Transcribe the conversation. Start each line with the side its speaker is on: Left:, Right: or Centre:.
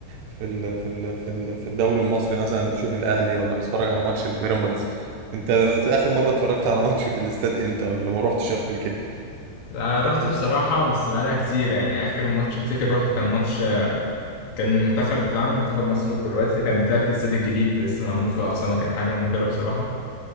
Right: في ال في ال في, ال في الدوري المصري مثلا نشوف الاهلي ولا نتفرج على ماتش البيراميدز انت اخر مره اتفرجت على ماتش في الاستاد امتى ولا ما روحتش قبل كده
Left: أنا رحت بصراحة بس بقالها كتير يعني اخر ماتش افتكر روحته كان ماتش كان المنتخب بتاعنا منتخب مصر وكرواتيا كان بتلعب في الاستاد الجديد لسه معمول في العاصمة كان حاجة مبهرة بصراحة